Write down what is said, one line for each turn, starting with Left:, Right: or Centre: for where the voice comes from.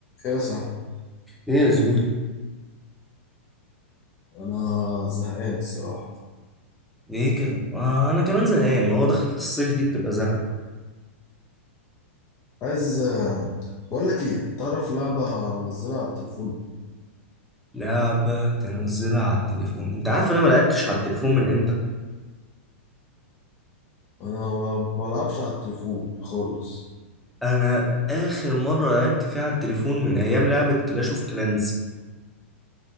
Left: ايه يا صاحبي
Centre: ايه يا زميلي
Left: انا زهقان الصراحه
Centre: ليه كده؟ آه أنا كمان زهقان ما هو دخلة الصيف دي بتبقى زهق
Left: عايز آه، بقول لك ايه تعرف لعبه منزلها على التليفون
Centre: لعبة تنزلها على التليفون أنت عارف أنا ما لعبتش على التليفون من إمتى؟
Left: انا ما بلعبش على التليفون خالص
Centre: أنا آخر مرة لعبت فيها على التليفون من أيام لعبة كلاش أوف كلانز